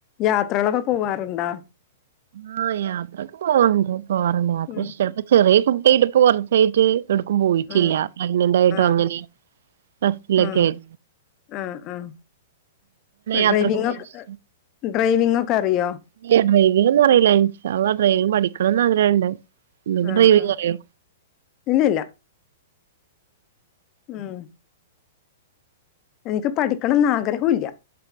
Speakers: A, on the left; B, on the right.
A: യാത്രകളൊക്കെ പോവാറുണ്ടാ
B: ആഹ് യാത്രൊക്കെ പോവണ്ട് പോവാറുണ്ട് യാത്ര
A: ഉം
B: ഇഷ്ടപ്പ ചെറിയ കുട്ടി ആയിട്ട് പ്പോ കുറച്ചായിട്ട് എടുക്കും പോയിട്ടില്ല
A: ഉം
B: പ്രഗ്നന്റ് യിട്ടും
A: ആഹ്
B: അങ്ങനെ ബസലൊക്കെ
A: ആഹ്
B: ആയി
A: ആഹ് ആഹ്
B: യാത്രൊക്കെ
A: ഡ്രൈവിങൊക്കെ
B: പോവാൻ ഇഷ്
A: ഡ്രൈവിങൊക്കറിയോ
B: ഇല്ലാ ഡ്രൈവിംഗ് ഒന്നും അറിയില്ല എനിക്ക് അവളെ ഡ്രൈവിംഗ് പഠിക്കണന്ന് ആഗ്രഹണ്ട് ഇങ്ങക്ക്
A: ആഹ്
B: ഡ്രൈവിംഗ്
A: ആഹ്
B: അറിയോ
A: ഇല്യല്ല ഉം എനിക്ക് പഠിക്കണന്ന് ആഗ്രഹുല്യ